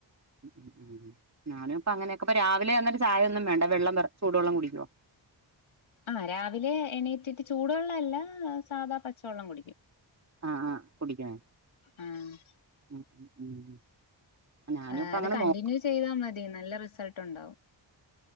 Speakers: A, on the right; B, on the left.
A: ഉം ഉം ഉം ഞാനും ഇപ്പോ അങ്ങനൊക്കെ ഇപ്പൊ രാവിലെ ആന്നേരം ചായയൊന്നും വേണ്ട വെള്ളം വെറും ചുടുവെള്ളം കുടി ക്കുവോ
B: ആഹ് രാവിലെ എണീറ്റിട്ട് ചൂടുവെള്ളം അല്ല സാധാ പച്ചവെള്ളം കുടിക്കും
A: ആ ആ കുടിക്കണേ
B: ആഹ്
A: ഉം ഉം ഉം ഞാനും
B: ആഹ്
A: ഇപ്പ
B: അത്
A: അങ്ങനെ
B: കണ്ടിന്യൂ
A: നോ
B: ചെയ്താ മതി നല്ല റിസൾട്ട് ഉണ്ടാവും